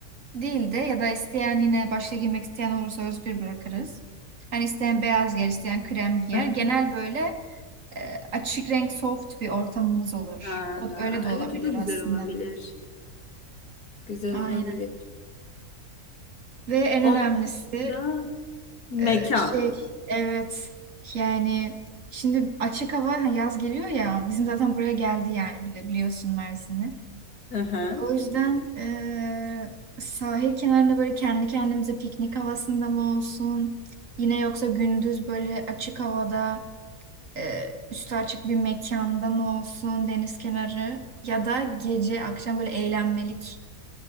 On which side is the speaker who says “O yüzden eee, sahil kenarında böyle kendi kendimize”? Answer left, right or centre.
Right